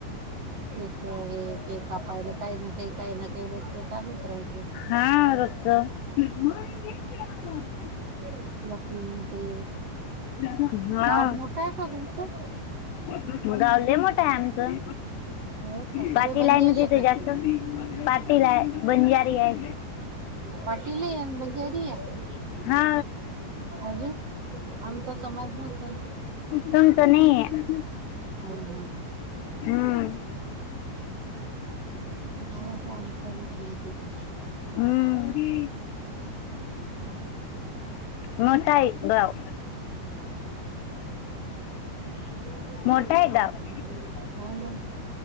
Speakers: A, on the right; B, on the left.
A: केस हे ते कापायला काही ना काही काही ना काही रोजचं चालत राहील.
B: हा. रोजचं. <unintelligible>
A: <unintelligible> लखनऊ ते
B: हा.
A: गाव मोठं आहे का तुमचं
B: मग, गाव लय मोठा आहे आमचं.
A: हो का सगळे
B: पाटील
A: बंजारी
B: आहे ना तुझ्याकड,
A: का
B: पाटील आहे. बंजारी आहे.
A: पाटीलही आहे. बंजारी ही आहे.
B: हा
A: अजून आमचा समाज <unintelligible>
B: तुमचं नाही आहे.
A: हा हा.
B: हम्म.
A: घ्यावाच लागेल तर मग समते तर <unintelligible>
B: हम्म. मोठंय गाव.
A: <unintelligible>
B: मोठा आहे गाव
A: हौ ना.